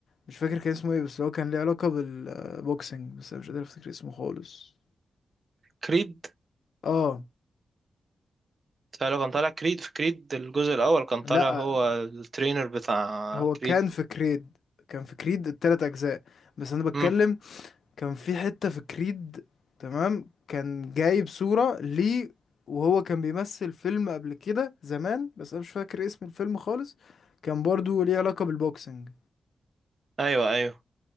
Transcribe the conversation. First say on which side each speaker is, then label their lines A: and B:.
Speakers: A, on the left (about 65°); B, on the right (about 35°).
A: مش فاكر كان اسمه ايه بس هو كان ليه علاقة بالبوكسنج بس انا مش قادر افتكر اسمه خالص
B: كريد
A: اه
B: طلع كان طالع كريد في كريد الجزء الاول كان
A: لا
B: طالع هو الترينر بتاع
A: هو كان
B: كريد
A: في كريد كان في كريد التلات اجزاء بس انا بتكلم
B: امم
A: كان في حتة في كريد تمام كان جايب صورة ليه وهو كان بيمثل فيلم قبل كده زمان بس انا مش فاكر اسم الفيلم خالص كان برضو ليه علاقة بالبوكسنج
B: ايوه ايوه